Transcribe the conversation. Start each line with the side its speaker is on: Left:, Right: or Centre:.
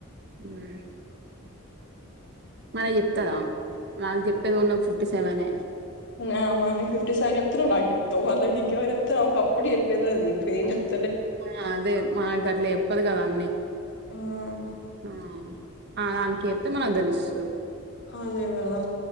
Right: వే మన ఏప్తడా నాగ్ జేప్పడ్ ఉన్న ఒక ఫిఫ్టీ సెవెన్
Left: నా మన్న ఫిఫ్టీ సైన్ జెప్తునవ్ నాగ్ జెప్తావ్ అలాగే ఇంకెవర్ జెప్తావ్ అవ్ ఒక అప్పుడు జేప్పేది అది ఇప్పుడు ఏం జేప్
Right: ఆ అదే మనగ్ గట్లా జేప్పదు గదా అన్నీ
Left: ఆహ్
Right: ఆ నా దానికి ఏప్తే మనగ్ దేలుస్తుంది.
Left: అదే కదా